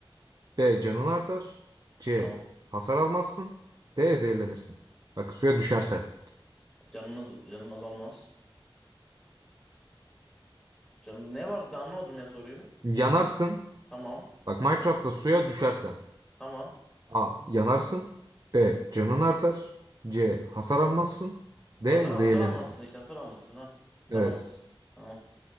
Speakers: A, on the right; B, in the centre.
A: B. Canın artar. C.
B: Tamam.
A: Hasar almazsın. D. Zehirlenirsin. Bak suya düşersen.
B: Canınız, canın azalmaz. Canın ne var? Ben anlamadım ya soruyu.
A: Yanarsın.
B: Tamam.
A: Bak Minecraft'ta suya düşersen.
B: Tamam.
A: A. Yanarsın. B. Canın artar. C. Hasar almazsın. D.
B: Hasar,
A: Zehirlenirsin.
B: hasar almazsın işte. Hasar almazsın ha. Hasar
A: Evet.
B: almazsın. Tamam.